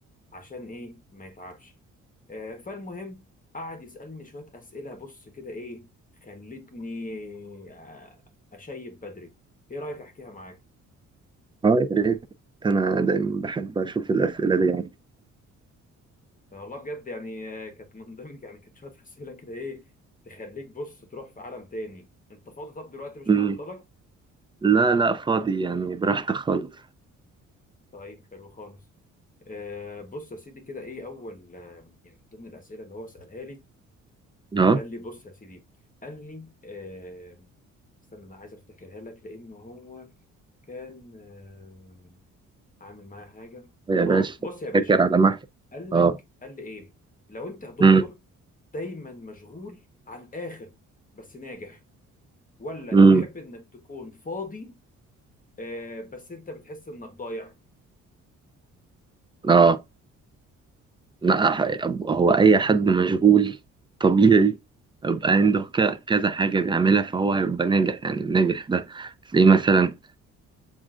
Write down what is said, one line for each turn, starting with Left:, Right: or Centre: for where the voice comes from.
Left: عشان ايه ما يتعبش آه فالمهم قعد يسألني شوية أسئلة بص كده ايه خلتني آه أشيب بدري ايه رأيك احكيها معاك
Right: اه يا ريت انا دايما بحب اشوف الاسئله دي يعني
Left: آه، والله بجد يعني آه، كانت من ضمن <laughs> يعني كانت شوية أسئلة كده ايه تخليك بص تروح في عالم تاني انت فاضي طب دلوقتي مش
Right: مم.
Left: معطلك
Right: لا لا فاضي يعني براحتك خالص
Left: طيب حلو خالص آه بص يا سيدي كده ايه اول آه يعني من ضمن الأسئلة اللي هو سألها لي
Right: اه
Left: قال لي بص يا سيدي قال لي آه استنى انا عايز افتكرها لك لان هو كان آه، عامل معايا حاجة
Right: يا باشا
Left: اه بص يا باشا
Right: فاكر على محل
Left: قال
Right: اه
Left: لك قال لي ايه لو انت يا دكتور
Right: مم.
Left: دايما مشغول على الاخر بس ناجح ولا
Right: مم.
Left: تحب انك تكون فاضي آه بس انت بتحس انك ضايع
Right: اه لا ح- هو اي حد مشغول طبيعي يبقى عنده ك- كذا حاجة بيعملها فهو هيبقى ناجح يعني الناجح ده تلاقيه مثلا